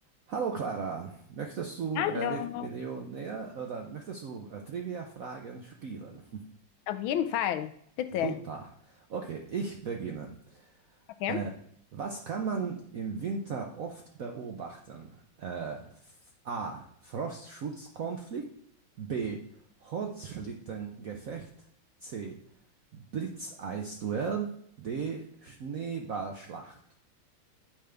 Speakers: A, on the right (about 70°); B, on the left (about 75°).
A: Hallo Clara, möchtest du
B: Hallo.
A: Wer wird Millionär oder möchtest du äh, Trivia-Fragen spielen?
B: Auf jeden Fall, bitte.
A: Super. Okay, ich beginne.
B: Okay.
A: Äh, was kann man im Winter oft beobachten? Äh, F- A. Frostschutzkonflikt. B. Holzschlittengefecht. C. Blitzeisduell. D. Schneeballschlacht.